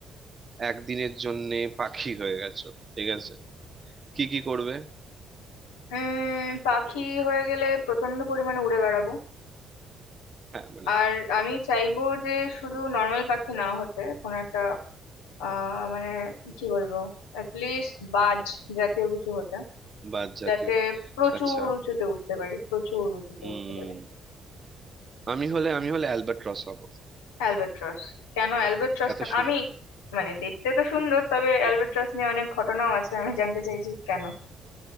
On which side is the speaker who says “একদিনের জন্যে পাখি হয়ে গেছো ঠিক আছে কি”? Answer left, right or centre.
Right